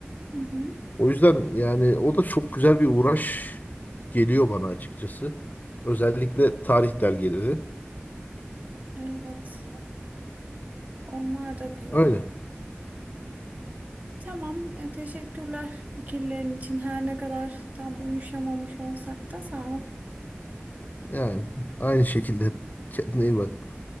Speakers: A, on the right (about 40°); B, on the left (about 40°).
A: hı hı.
B: O yüzden yani o da çok güzel bir uğraş geliyor bana açıkçası. Özellikle tarih dergileri.
A: Evet. Onlar da güzel.
B: Öyle.
A: Tamam. e, teşekkürler fikirlerin için. Her ne kadar tam uyuşamamış olsak da sağ ol.
B: Yani aynı şekilde kendine iyi bak.